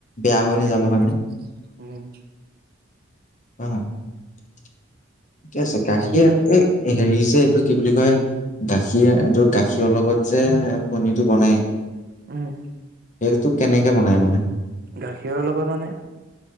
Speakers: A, on the left (about 40°); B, on the right (about 50°).
A: বেয়া হৈ
B: পেকেটিং
A: নেযাব কাৰণে৷
B: উম
A: <unintelligible> ঠিকে আছে, গাখীৰ
B: তেনেকেই
A: এই হেৰি যে এইটো কি বুলি কয়? গাখীৰ এইটো গাখীৰ লগত যে পনীটো বনাই
B: উম।
A: এইটোক কেনেকে বনাই মানে?
B: গাখীৰৰ লগত মানে?